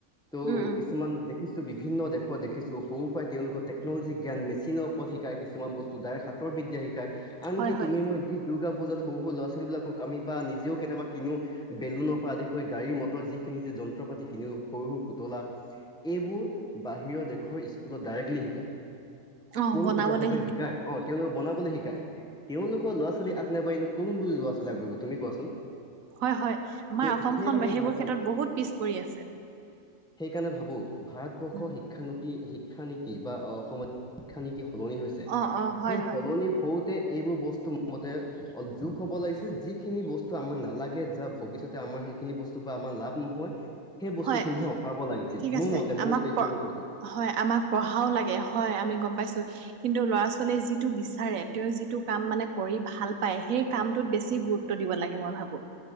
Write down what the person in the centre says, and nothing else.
ত
কিছুমান দে খিছো বিভিন্ন দেশত দেখিছো সৰু পৰাই তেওঁলোকক টেকন'লজী জ্ঞান মেচিনৰ ওপৰত শিকাই কিছুমান বস্তু ডাইৰেক হাত তৰ বিদ্যা শিকায়, আনি
তুমি মই যি দুৰ্গা পূজাত সৰু লৰা ছোৱালী বিলাকক আমি বা নিজেও কেতিয়াবা কিনো বেলুনৰ পৰা আদি কৰি গাড়ী মটৰ যিখিনি যে যন্ত্ৰ পাতি কিনিও সৰু সৰু পুতলা এইবোৰ বাহিৰৰ দেশৰ স্কুলত ডাইৰেক্টলি শিকায়
পোনপটীয়াকৈ
শিকায় অ তেওঁলোকে বনাবলৈ শিকায় তেওঁলোকৰ লৱা' ছোৱালী আগ নাবাঢ়ি কোন বোৰ ল'ৰা ছোৱালী আগবাঢ়িব তুমি কোৱাচোন
ত'
সেইবাবে
ভাবো
সেইকাৰণে ভাবো ভাৰতবৰ্ষৰ
শিক্ষানতি শিক্ষানীতি বা অসমত শিক্ষানীতি সলনি হৈছে
সেই
সলনি হওঁতে এইবোৰ বস্তু মতে অলপ যোগ হ'ব লাগিছে যিখিনি বস্তু আমাক নালাগে যা ভৱিষ্যতে আমাৰ সেইখিনি বস্তুৰ পৰা আমাৰ লাভ নহয় সেই বস্তুখিনিহে
অতৰাব লাগিছিল
মোৰ
মতে
মোৰ উদ্দেশ্য
গৈ কৈছিল